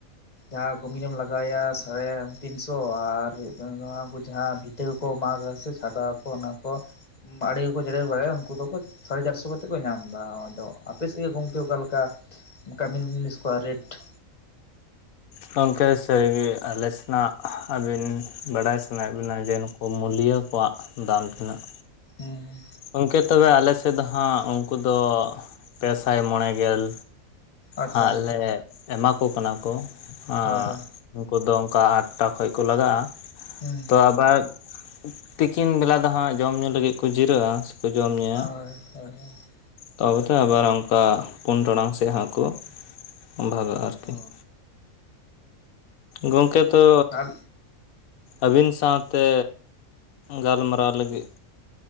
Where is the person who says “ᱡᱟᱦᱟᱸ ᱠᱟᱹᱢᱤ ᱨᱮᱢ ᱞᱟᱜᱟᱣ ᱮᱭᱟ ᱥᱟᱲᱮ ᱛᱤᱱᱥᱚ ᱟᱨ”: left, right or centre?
Left